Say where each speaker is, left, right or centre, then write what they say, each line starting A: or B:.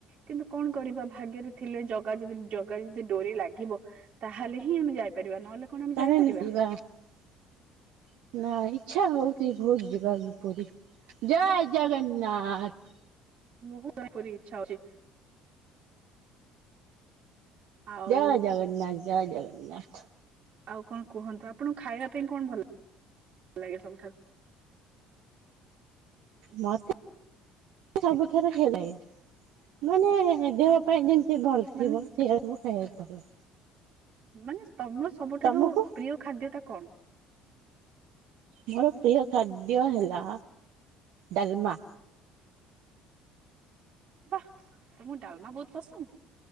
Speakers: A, on the right; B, on the right.
A: କିନ୍ତୁ କଣ କରିବା ଭାଗ୍ୟରେ ଥିଲେ ଜଗା ଯଦି ଜଗା ଯଦି ଡୋରି ଲାଗିବ। ତାହେଲେ ହିଁ ଆମେ ଯାଇପାରିବା ନହେଲେ କଣ ଆମେ
B: <unintelligible>
A: ଯାଇପାରିବା
B: ନା, ଇଚ୍ଛା ହଉଛି ବହୁତ ଯିବାକୁ ପୁରୀ। ଜୟ ଜଗନ୍ନାଥ।
A: ବହୁତ ପୁରୀ ଇଚ୍ଛା ହଉଛି। ଆଉ
B: ଜୟ ଜଗନ୍ନାଥ। ଜୟ ଜଗନ୍ନାଥ।
A: ଆଉ କଣ କୁହନ୍ତୁ ଆପଣଙ୍କୁ ଖାଇବା ପାଇଁ କଣ ଭଲ ଲାଗେ ସବୁଠାରୁ?
B: ମତେ ସବୁଠାରୁ ହେଇଲାାଗେ ମାନେ ଦେହ ଦେହ ପାଇଁ ଜେମତି ଭଲ
A: ମାନେ
B: ଥିବ। ସେଇୟା କୁ ଖାଇବାକୁ ଭଲ ଲାଗେ।
A: ମାନେ ତମର ସବୁଠାରୁ
B: ତମକୁ?
A: ପ୍ରିୟ ଖାଦ୍ୟ ଟା କଣ?
B: ମୋର ପ୍ରିୟ ଖାଦ୍ୟ ହେଲା ଡାଲମା।
A: ବାହ ତମଁ ଡାଲମା ବହୁତ ପସନ୍ଦ